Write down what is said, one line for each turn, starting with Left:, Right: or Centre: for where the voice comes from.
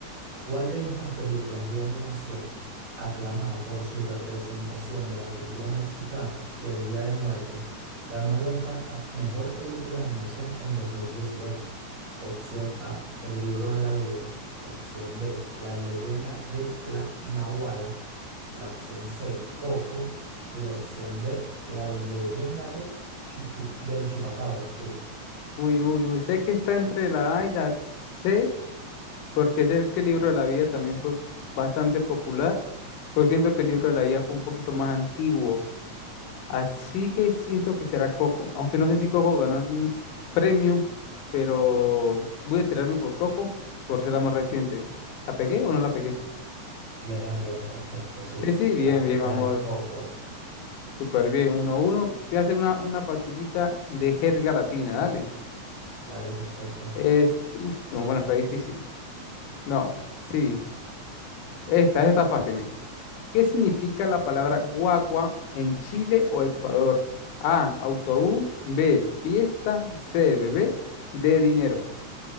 Right: ¿Cuál de estas películas de animación, aclamada por su representación de la cultura mexicana y el Día de Muertos, ganó el Oscar a Mejor Película de Animación en 2018? Opción A, El libro de la vida. Opción B, La leyenda de la Nahuala. La opción C, Coco. Y la opción D, La leyenda de Chuchu- del Chupacabra, disculpa.
Left: Uy, uy, uy, sé que está entre la A y la C. porque sé que el libro de la vida también fue bastante popular, pero siento que el libro de la vida fue un poquito más antiguo, así que siento que será Coco, aunque no sé si Coco ganó algún premio, pero voy a tirarme por Coco por ser la más reciente. ¿La pegué o no la pegué?
Right: Bien, bien, perfecto, sí.
Left: Sí, sí, bien,
Right: La película
Left: bien, vamos,
Right: es Coco.
Left: súper bien, uno a uno. Te voy a hacer una, una facilita de jerga latina, dale.
Right: Vale, perfecto.
Left: Es, uy, no, bueno, está difícil. No, sí, esta, esta está fácil, mire. ¿Qué significa la palabra guagua en Chile o Ecuador? A, autobús, B, fiesta, C, bebé, D, dinero.